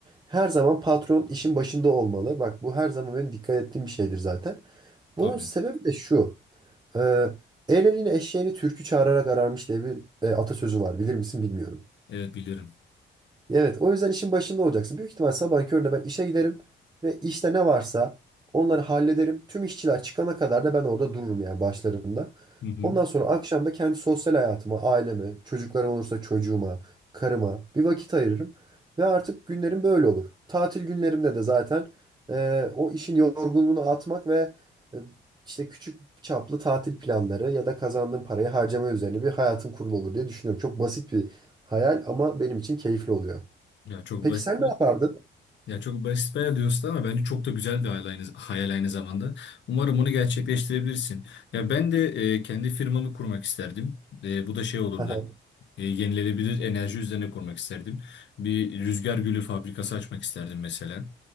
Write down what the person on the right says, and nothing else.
Her zaman patron işin başında olmalı. Bak bu her zaman benim dikkat ettiğim bir şeydir zaten. Bunun
sebebi de şu. Ee, el elini eşeğini türkü çağırarak ararmış diye bir e, atasözü var. Bilir misin bilmiyorum.
Evet, o yüzden işin başında olacaksın. Büyük ihtimal sabah köründe ben işe giderim ve işte ne varsa onları hallederim. Tüm işçiler çıkana kadar da ben orada dururum yani başlarında.
Ondan sonra akşam da kendi sosyal hayatıma, aileme, çocuklarım olursa çocuğuma, karıma bir vakit ayırırım. Ve artık günlerim böyle olur. Tatil günlerimde de zaten e, o işin yorgunluğunu atmak ve e, işte küçük çaplı tatil planları ya da kazandığım parayı harcama üzerine bir hayatım kurulu olur diye düşünüyorum. Çok basit bir hayal ama benim için keyifli oluyor.
Peki
sen ne yapardın?
Aha.